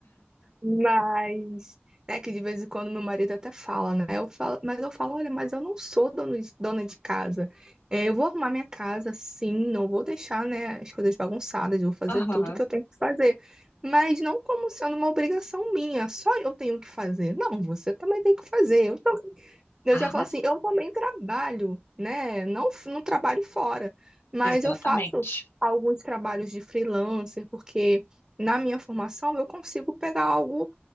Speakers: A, on the right (about 20°); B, on the left (about 75°).
A: Mas, né, que de vez em quando meu marido até fala, né? Eu falo, mas eu falo, olha, mas eu não sou dona de, dona de casa. É, eu vou arrumar minha casa, sim, não vou deixar, né, as coisas bagunçadas, vou fazer
B: Aham.
A: tudo que eu tenho que fazer. Mas não como sendo uma obrigação minha, só eu tenho que fazer. Não, você também tem que fazer. Eu, tam- eu
B: Ah,
A: já falo assim, eu também trabalho, né? Não, f- não trabalho fora, mas
B: é. exatamente.
A: eu faço alguns trabalhos de freelancer, porque na minha formação eu consigo pegar algo